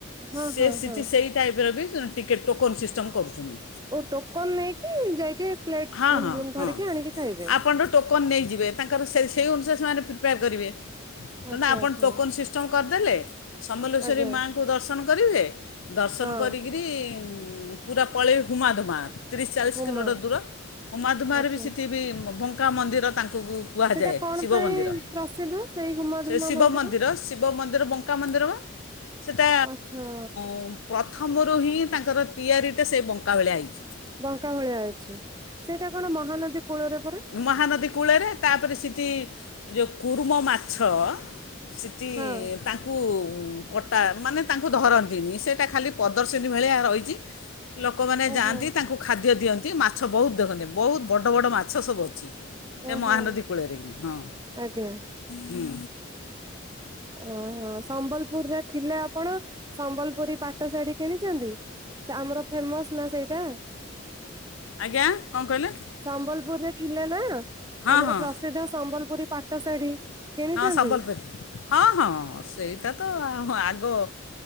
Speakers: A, on the right; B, on the left.
A: ହଁ
B: ସେ
A: ହଁ
B: ସେଠି
A: ହଁ
B: ସେଇ ଟାଇପ୍ରବି ଟିକେଟ୍ ଟୋକନ୍ ସିଷ୍ଟମ୍ କରୁଚନ୍ତି।
A: ଓ ଟୋକନ୍ ନେଇକି ଯାଇକି ପ୍ଲେଟ୍
B: ହଁ ହଁ ହଁ
A: ଧରିକି ଆଣିକି ଖାଇବେ?
B: ଆପଣଙ୍କର ଟୋକନ୍ ନେଇଯିବେ ତାଙ୍କର ସେ ସେଇ ଅନୁସାରେ ସେମାନେ ପ୍ରିପାର୍ କରିବେ ତେଣୁ
A: ଆଚ୍ଛା
B: ଆପଣ
A: ଆଚ୍ଛା
B: ଟୋକନ୍ ସି କରିଦେଲେ ସମଲେଶ୍ଵରୀ
A: ଆଜ୍ଞା
B: ମାଙ୍କୁ ଦର୍ଶନ କରିବେ ଦର୍ଶନ
A: ହଁ
B: କରିକିରି ପୁରା ପଳେଇ ହୁମା ଧୁମା ତିରିଶି ଚାଳିଶି
A: ହୁମା
B: କିଲୋମିଟର୍ ଦୂର ହୁମା ମାଧୁରେବି
A: ଆଚ୍ଛା
B: ସେଠିବି ଭଙ୍କା ମନ୍ଦିର ତାଙ୍କୁ କୁହାଯାଏ
A: ସେଟା କଣ
B: ଶିବ
A: ପାଇଁ
B: ମନ୍ଦିର
A: ପ୍ରସିଦ୍ଧ ସେଇ ହୁମାଧୁମା
B: ସେ ଶିବ
A: ମନ୍ଦିର?
B: ମନ୍ଦି ର ଶିବ ମନ୍ଦିର ବଙ୍କା ମନ୍ଦିରମ ସେଟା
A: ଆଚ୍ଛା।
B: ଉଁ ପ୍ରଥମରୁ ହିଁ ତାଙ୍କର ତିଆରିଟେ ସେବଙ୍କା ଭଳିଆ ହେଇଚି।
A: ବଙ୍କା ଭଳିଆ ଅଛି ସେଇଟା କଣ ମହାନଦୀ କୂଳରେ ପରା?
B: ମହାନଦୀ କୂଳରେ ତାପରେ ସେଠି ଯଉ କୁରୁମ ମାଛ ସେଠି
A: ହଁ
B: ତା ତାଙ୍କୁ କଟା ମାନେ ତାଙ୍କୁ ଧରନ୍ତିନି ସେଇଟା ଖାଲି ପ୍ରଦର୍ଶିନୀ ଭଳିଆ ରହିଚି ଲୋକମାନେ
A: ଓହୋ
B: ଯାଆନ୍ତି ତାଙ୍କୁ ଖାଦ୍ୟ ଦିଅନ୍ତି ମାଛ ବହୁତ ଦେଖନ୍ତି। ବହୁତ୍ ବଡ଼ ବଡ଼ ମାଛ ସବୁ ଅଛି ସେମହାନଦୀ
A: ଓହୋ।
B: କୂଳରେକି ହଁ।
A: ଆଜ୍ଞା
B: ହୁଁ।
A: ଓହୋ ସମ୍ବଲପୁରରେ ଥିଲେ ଆପଣ ସମ୍ବଲପୁରୀ ପାଠ ଶାଢ଼ୀ କିଣିଚନ୍ତି? ସେଆମର ଫେମସନା ସେଇଟା?
B: ଆଜ୍ଞା କଁ କହିଲେ?
A: ସମ୍ବଲପୁରରେ ଥିଲେନା
B: ହଁ
A: ଆମର
B: ହଁ
A: ପ୍ରସିଦ୍ଧ ସମ୍ବଲପୁରୀ ପାଠ ଶାଢୀ କିଣିଛନ୍ତି?
B: ହଁ ସମ୍ବଲପୁରି। ହଁ ହଁ ସେଇଟା ତ ଆଗ